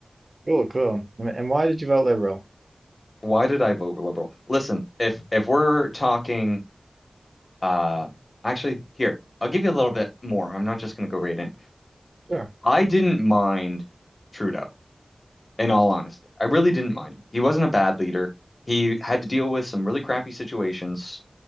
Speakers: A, on the right; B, on the left.
A: Cool, cool. And and why did you vote Liberal?
B: Why did I vote liberal? Listen, if if we're talking uh actually here, I'll give you a little bit more. I'm not just going to go right in.
A: Sure.
B: I didn't mind Trudeau in all honesty. I really didn't mind him. He wasn't a bad leader. He had to deal with some really crappy situations,